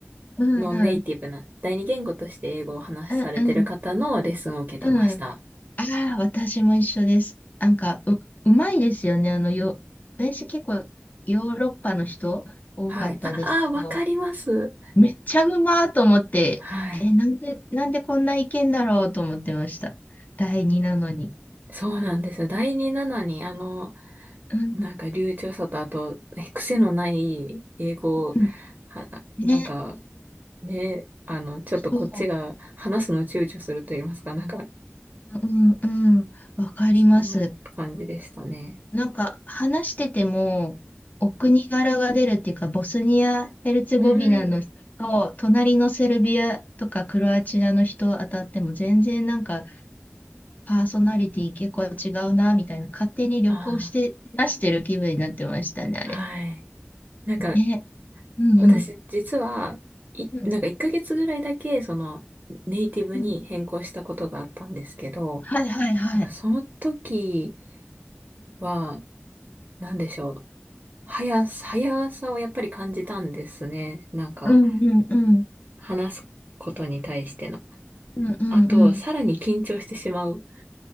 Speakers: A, on the left; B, on the right.
A: うんうん、
B: ノンネイティブな第二言語として英語を話しされてる方のレッスンを受けてました。
A: あ、うん、うん。ああ、私も一緒です。なんか、う、うまいですよね。あの、よ、私結構ヨーロッパの人多かったですけど、
B: はい。あ、あ、わかります。
A: めっちゃうまーと思って、
B: はい。
A: え、なんで、なんでこんないけんだろうと思ってました。第二なのに。
B: そうなんですよ。第二なのに、あの、
A: うん、
B: なんか流暢さとあと、ね癖のない英語を、
A: うん、
B: は、なんか、
A: ね、
B: ね、あの、ちょっとこっちが話すの躊躇すると言いますか、
A: そう、
B: なんか、
A: うん、うん、わかります。
B: そんな感じでしたね。
A: なんか話してても、お国柄が出るっていうか、ボスニア・ヘルツェゴビナの人と、
B: うん。
A: 隣のセルビアとかクロアチアの人当たっても、全然なんかパーソナリティ結構違うな、みたいな、勝手に旅行して出してる気分になってましたね、
B: あ
A: あれ。
B: あ、はい。なんか、
A: ね。うんうん。
B: 私、実は、い、
A: うん
B: なんか1ヶ月ぐらいだけ、その、ネイティブに変更したことがあったんですけど、
A: うん。はいはいはい。
B: なんかその時は、なんでしょう。速さ、速さをやっぱり感じたんですね。なんか、
A: うんうんうん。
B: 話すことに対しての。
A: うんうんうん。
B: あと、さらに緊張してしまう。